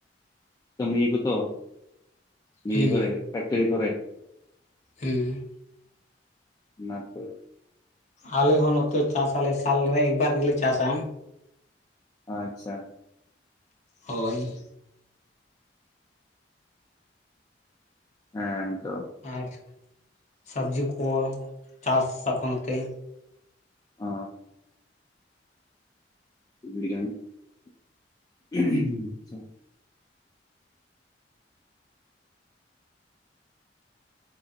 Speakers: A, on the left; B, on the left.
A: ᱠᱟᱹᱢᱤᱭᱟᱠᱚ ᱛᱚ ᱤᱭᱟᱹ
B: ᱦᱩᱸ
A: ᱠᱚᱨᱮ ᱯᱷᱮᱠᱴᱨᱤ ᱠᱚᱨᱮ
B: ᱦᱩᱸ
A: ᱚᱱᱟ ᱛᱮ
B: ᱟᱞᱮ ᱦᱚᱸ ᱱᱚᱛᱮ ᱪᱟᱥ ᱟᱞᱮ ᱥᱟᱞᱨᱮ ᱮᱠᱵᱟᱨ ᱜᱮᱞᱮ ᱪᱟᱥᱟ
A: ᱟᱪᱪᱷᱟ
B: ᱦᱳᱭ
A: ᱦᱮᱸ ᱛᱚ
B: ᱟᱨ ᱥᱚᱵᱽᱡᱤ ᱠᱚ ᱪᱟᱥ ᱟᱠᱚ ᱱᱚᱛᱮ
A: ᱚᱻ <unintelligible> ᱟᱪᱪᱷᱟ